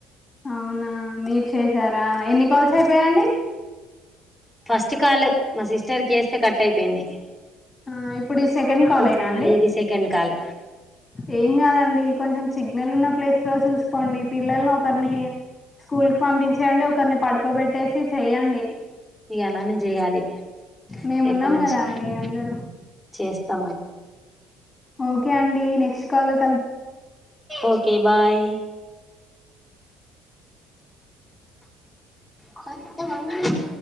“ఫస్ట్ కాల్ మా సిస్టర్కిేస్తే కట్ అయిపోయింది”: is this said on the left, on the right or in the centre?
Centre